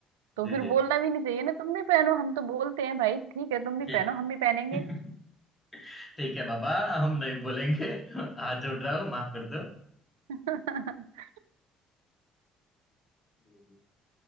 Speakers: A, on the right (about 75°); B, on the left (about 20°).
A: तो
B: जी
A: फिर
B: जी
A: बोलना भी नहीं चाहिए ना तुम भी पहनो हम तो बोलते हैं भाई ठीक है तुम
B: ठीक
A: भी पहनो हम भी पहनेंगे
B: <laughs> ठीक है बाबा हम नहीं बोलेंगे <laughs> हाथ जोड़ रहा हूँ माफ कर दो
A: <laughs>
B: जी जी